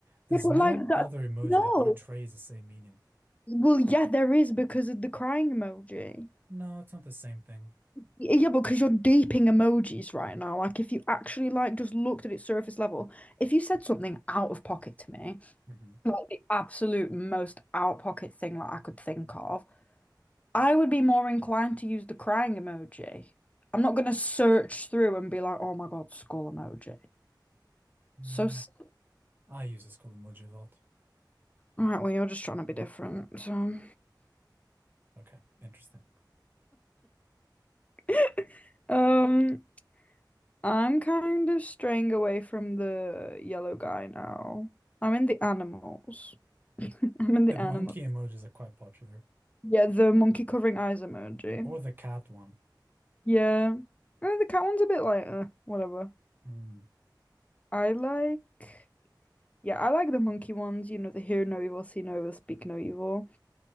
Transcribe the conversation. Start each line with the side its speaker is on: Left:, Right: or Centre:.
Right: There's
Left: Yeah, but
Right: no
Left: like that,
Right: other emoji
Left: no.
Right: that portrays the same meaning.
Left: Well, yeah, there is because of the crying emoji.
Right: No, it's not the same thing.
Left: Yeah, because you're deeping emojis right now. Like, if you actually like just looked at its surface level, if you said something out of pocket to me,
Right: hmm
Left: like the absolute most out pocket thing that I could think of, I would be more inclined to use the crying emoji. I'm not gonna search through and be like, oh my God, skull emoji.
Right: Mm,
Left: So, s-
Right: I use the skull emoji a lot.
Left: all right, well, you're just trying to be different. So,
Right: Okay, interesting.
Left: <laughs> um, I'm kind of straying away from the yellow guy now. I'm in the animals. <laughs> I'm in the
Right: The monkey
Left: animal.
Right: emojis are quite popular,
Left: Yeah, the monkey covering eyes emoji.
Right: or the cat one.
Left: Yeah. Uh, the cat one's a bit like, uh, whatever.
Right: Mm.
Left: I like, yeah, I like the monkey ones, you know, the hear no evil, see no evil, speak no evil.